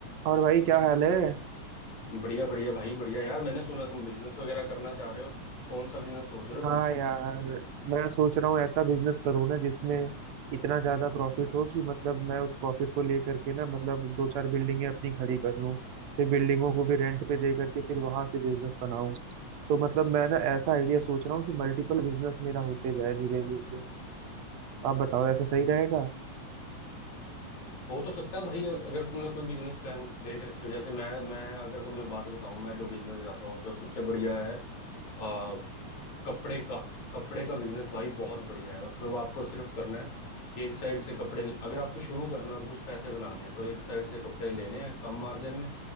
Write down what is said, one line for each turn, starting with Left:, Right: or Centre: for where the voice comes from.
Right: और भाई क्या हाल है
Left: बढ़िया बढ़िया भाई बढ़िया यार मैंने सुना तुम बिजनेस वगैरह करना चाह रहे हो कौन सा बिजनेस सोच रहे हो
Right: हाँ
Left: तुम
Right: यार मैं सोच रहा हूँ ऐसा बिजनेस करूँ ना जिसमें इतना ज्यादा प्रॉफिट हो कि मतलब मैं उस प्रॉफिट को लेकर के ना मतलब दो चार बिल्डिंगें अपनी खड़ी कर लूँ फिर बिल्डिंगों को भी रेंट पे दे करके फिर वहां से बिजनेस बनाऊँ तो मतलब मैं ना ऐसा आइडिया सोच रहा हूँ कि मल्टीपल बिजनेस मेरा होते जाए धीरे धीरे आप बताओ ऐसा सही रहेगा
Left: हो तो सकता है भाई अग- अगर तुमने कोई बिजनेस प्लान देख रखे हो जैसे मैं मैं अगर तुम्हें बात बताऊं मैं जो बिजनेस जाता हूँ जो सबसे बढ़िया है आ, कपड़े का कपड़े का बिजनेस भाई बहुत बढ़िया है उसमें वो आपको सिर्फ करना है कि एक साइड से कपड़े ले- अगर आपको शुरू करना है और कुछ पैसे बनाने हैं तो एक साइड से कपड़े लेने हैं कम मार्जिन में